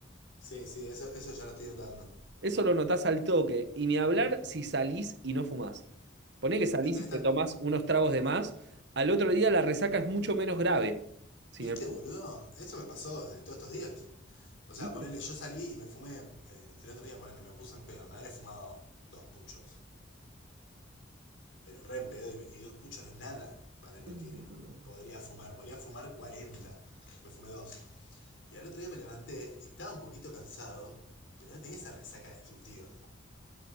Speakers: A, on the left; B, on the right.
A: Sí, sí, eso, eso ya lo estoy notando.
B: Eso lo notás al toque. Y ni hablar si salís y no fumás. Poné que salís
A: No tenés
B: y te
A: tan,
B: tomás unos tragos de más. Al otro día la resaca es mucho menos grave. Sin
A: ¿Viste,
B: el pucho.
A: boludo? Eso me pasó de todos estos días. O sea,
B: ¿Viste?
A: ponerle, yo salí y me fumé, eh, el otro día ponerle, me puse en pedo, me habré fumado dos puchos. Pero re en pedo y, me- y dos puchos no es nada para lo
B: No,
A: que podría fumar. Podría fumar 40. Me fumé dos. Y al otro día me levanté y estaba un poquito cansado, pero no tenía esa resaca destructiva.